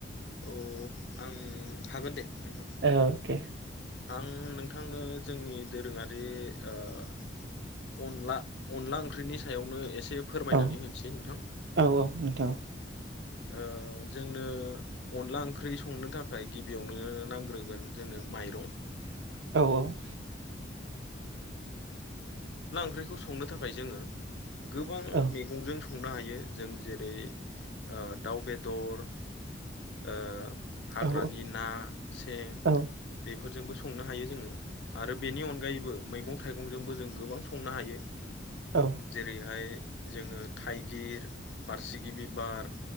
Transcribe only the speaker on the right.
अके
औ
औ नोंथां
औ औ
औ
औ
औ
औ